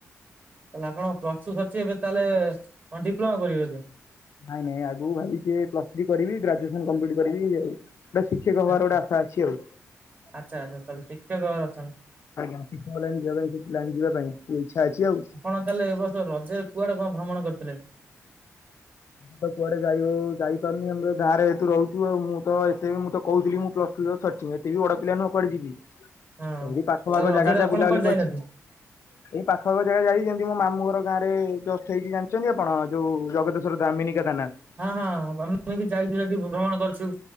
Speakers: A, on the right; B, on the left.
A: ତାହେଲେ ଆପଣ ପ୍ଲସ୍ ଟୁ ସରିଚି ଏବେ ତାହେଲେ କଣ ଡିପ୍ଲୋମା କରିବେ ବଧେ?
B: ନାଇଁ ନାଇଁ ଆଗକୁ ଭାବିିଚି ପ୍ଲସ୍ ଥ୍ରୀ କରିବି ଗ୍ରାଜୁଏସନ୍ କମ୍ପ୍ଲିଟ୍ କରିବି ଇଏ ଗୋଟେ ଶିକ୍ଷକ ହବାର
A: ଆଚ୍ଛା
B: ଗୋଟେ ଆଶା ଅଛି ଆଉ।
A: ଆଚ୍ଛା ଆଚ୍ଛା ତାହେଲେ ଶିକ୍ଷକ ଭାବରେ ଅଛନ୍ତି
B: ଆଜ୍ଞା ଶିକ୍ଷକ ଲାଇନ୍ ଯିବା ପାଇଁ <unintelligible> ପାଇଁ ଇଚ୍ଛା ଅଛି ଆଉ
A: ଆପଣ ତାହେଲେ ଏ ବର୍ଷ ରଜରେ କୁଆଡେ କଣ ଭ୍ରମଣ କରିଥିଲେ?
B: ବ କୁଆଡେ ଯାଇ ହଉ- ଯାଇପାରୁନି ଆମେ ଗାଁରେ ଏଠୁ ରହୁଚୁ ଆଉ ମୁଁ ତ ଏତେ ବି ମୁଁ ତ କହୁଥିଲି ମୁଁ ପ୍ଲ <unintelligible> ମୁଁ ଏତେ ବି ବଡ ପିଲା ନୁହଁ କୁଆଡେ ଯିବି
A: ହଁ
B: ଏଇ ପାଖ
A: ତାହେଲେ
B: ଆଖ
A: ରଜରେ
B: ଜାଗା ଯା
A: ଆପଣ
B: ବୁଲାବୁଲି
A: କୁଆଡେ
B: କରିଚି।
A: ଯାଇନାହାନ୍ତି?
B: ଏଇ ପାଖ ଆଖ ଜାଗା ଯାଇ ଯେମିତି ମୋ ମାମୁଁ ଘର ଗାଁ ରେ ଜଷ୍ଟ୍ ହେଇକି ଜାଣିଚନ୍ତି ଆପଣ ଯଉ ଜଗତ <unintelligible> ମିନି କେଦାରନାଥ୍।
A: ହଁ -ହଁ ଆମେ ବି ଯାଇଚୁ ସେଠି ଭ୍ରମଣ କରିଚୁ